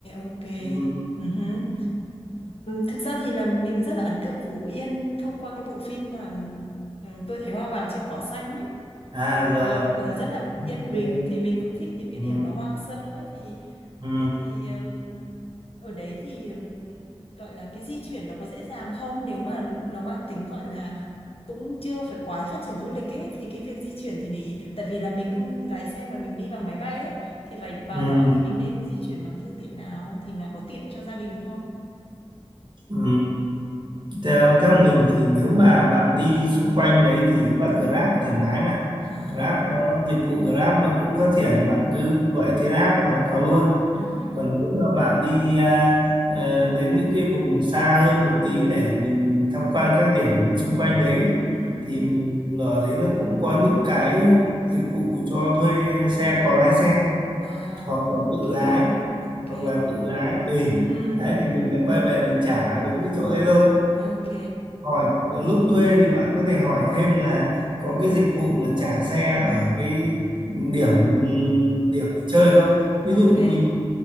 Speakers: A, on the left (about 65°); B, on the right (about 50°).
A: ok.
B: ừ.
A: uh thực ra thì là mình rất là ấn tượng Phú Yên thông qua cái bộ phim mà ừm, tôi thấy hoa vàng trên cỏ xanh ấy.
B: à rồi
A: Ờ, là rất là
B: ok
A: yên bình thì mình cũng thích những cái
B: ừ.
A: điểm nó hoang sơ ấy thì
B: Ừ.
A: thì thì ừm, ở đấy thì ừm, gọi là cái di chuyển nó có dễ dàng không nếu mà nó mang tính gọi là cũng chưa phải quá phát triển du lịch ấy thì cái việc di chuyển thì mình- tại vì là mình không lái xe mà mình đi bằng máy bay ấy thì phải vào
B: Ừ.
A: đó thì mình nên di chuyển bằng phương tiện nào thì nó có tiện cho gia đình không
B: Ừ. theo theo mình thì nếu mà bạn đi xung quanh đấy thì bắt Grab thoải mái mà
A: à
B: Grab nó dịch vụ Grab nó cũng phát triển bạn cứ gọi trên app là nó có luôn
A: ừ hứ,
B: còn nếu mà bạn đi à, ờ, đến những cái vùng xa hơn một tí để mình tham quan các điểm xung quanh đấy ấy,
A: ừ hứ.
B: thì mình ở đấy nó cũng có những cái dịch vụ cho thuê xe có lái xe
A: à
B: hoặc là
A: ok
B: tự lái
A: ok
B: hoặc là tự lái tùy
A: ừ hứ,
B: đấy thì
A: ừ
B: mình
A: hứ,
B: lại quay về mình trả đúng cái chỗ đấy thôi
A: ok
B: hỏi lúc thuê thì bạn có thể hỏi thêm là có cái dịch vụ mà trả xe ở cái điểm điểm mình chơi không
A: Ok,
B: ví dụ mình